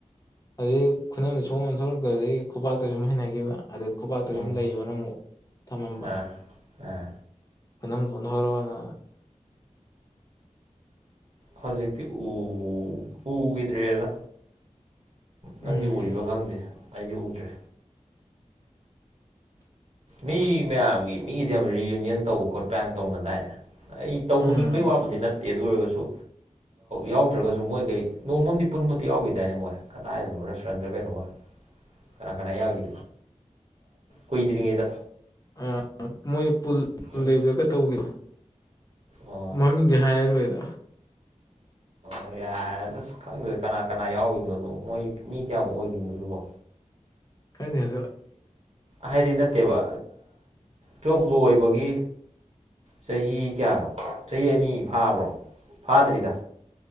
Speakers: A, on the left (about 30°); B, on the right (about 55°).
A: ꯑꯗꯨꯩ ꯈꯨꯅꯗ ꯁꯣꯛ ꯑꯣꯟꯊꯣꯔꯛꯇꯗꯒꯤ ꯈꯨꯄꯥꯛꯥꯛꯇ ꯁꯨꯝ ꯍꯩꯅꯈꯤꯕ ꯑꯗꯨꯗ ꯈꯨꯄꯥꯛꯥꯛꯇ
B: ꯎꯝ
A: ꯁꯨꯝ ꯂꯩꯌꯣ ꯅꯪ ꯑꯃꯨꯛ ꯊꯝꯃꯝꯕ
B: ꯑꯥ ꯑꯥ
A: ꯄ ꯍꯔꯅ
B: ꯍꯧꯖꯤꯛꯇꯤ ꯎ ꯎꯈꯤꯗ꯭ꯔꯦꯗ
A: ꯎꯝ
B: ꯅꯪꯗꯤ ꯎꯔꯤꯕ ꯈꯪꯗꯦ ꯑꯩꯗꯤ ꯎꯗ꯭ꯔꯦ ꯃꯤ ꯃꯌꯥꯝꯒꯤ ꯃꯤꯒꯤꯗꯤ ꯌꯥꯝ ꯔꯤꯌꯨꯅꯤꯌꯟ ꯇꯧꯕ ꯈꯣꯠꯄ ꯌꯥꯝ ꯇꯧꯅꯗꯥꯏꯅꯦ ꯑꯩ ꯇꯧꯕꯅꯤꯡꯕꯩ
A: ꯎꯝ
B: ꯋꯥꯕꯗꯤ ꯅꯠꯇꯦ ꯑꯗꯨ ꯑꯣꯏꯔꯒꯁꯨ ꯌꯥꯎꯗ꯭ꯔꯒꯁꯨ ꯃꯣꯏꯈꯩ ꯅꯣꯡꯃꯝꯗꯤ ꯄ ꯄꯨꯟꯃꯗꯤꯤ ꯌꯥꯎꯈꯤꯗꯥꯏꯅꯦ ꯃꯣꯏ ꯀꯗꯥꯏꯗꯅꯣ ꯔꯦꯁꯇꯨꯔꯦꯟꯗ ꯀꯩꯅꯣꯃꯣꯏ ꯀꯅꯥ ꯀꯅꯥ ꯌꯥꯒꯦ ꯀꯣꯏꯗꯔꯤꯉꯗ
A: ꯑ ꯃꯣꯏ
B: ꯎꯝ
A: ꯂꯩꯕꯒ ꯇꯧꯒꯦ
B: ꯑꯣ
A: ꯃꯃꯤꯡꯗꯤ ꯍꯥꯏꯔꯣꯏꯗ
B: ꯑꯣ ꯌꯥꯔꯦ ꯑꯗ ꯈꯪꯗ꯭ꯔꯦ ꯀꯅꯥ ꯀꯅꯥ ꯌꯥꯎꯔꯤꯕꯅꯅꯣ ꯃꯣꯏ ꯃꯤ ꯀꯌꯥꯃꯨꯛ ꯑꯣꯏꯈꯤꯕꯅꯣꯗꯨꯕꯣ
A: ꯀꯥꯏꯅꯦ ꯑꯗꯨ
B: ꯍꯥꯏꯗꯤ ꯅꯠꯇꯦꯕ ꯆꯣ ꯂꯣꯏꯕꯒꯤ ꯆꯍꯤ ꯀꯌꯥꯅꯣ ꯆꯍꯤ ꯑꯅꯤ ꯐꯥꯕ꯭ꯔꯣ ꯐꯥꯗ꯭ꯔꯤꯗ